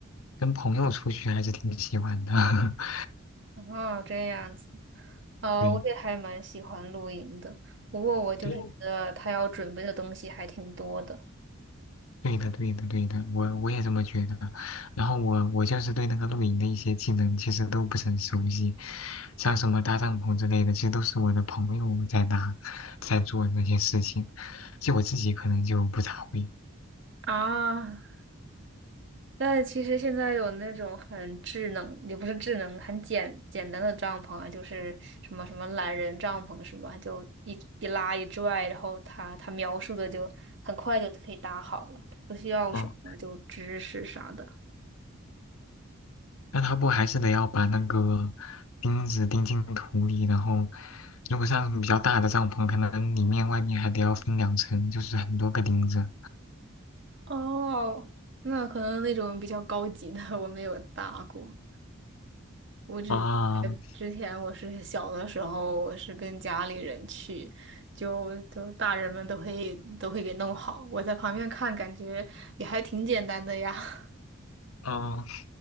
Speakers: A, on the left; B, on the right.
A: 跟朋友出去还是挺喜欢的，<laughs>
B: 哦，这样子，呃，
A: 对
B: 我也还蛮喜欢露营的，不过我就是觉得他要准备的东西还挺多的。
A: 对，对的，对的，对的，我我也这么觉得。然后我我就是对那个露营的一些技能其实都不是很熟悉，像什么搭帐篷之类的，其实都是我的朋友在搭，在做那些事情，就我自己可能就不咋会。
B: 啊，但其实现在有那种很智能，也不是智能，很简简单的帐篷啊，就是什么什么懒人帐篷什么，就一一拉一拽，然后它它描述的就很快就可以搭好了，不需要什么就知识啥的。
A: 哦，那他不还是得要把那个钉子钉进土里，然后如果像比较大的帐篷，可能里面外面还得要分两层，就是很多个钉子。
B: 哦，那可能那种比较高级的我没有搭过，我只呃之前我是小的时候，
A: 啊，
B: 我是跟家里人去，就就大人们都会都会给弄好，我在旁边看，感觉也还挺简单的呀。<laughs>
A: 嗯，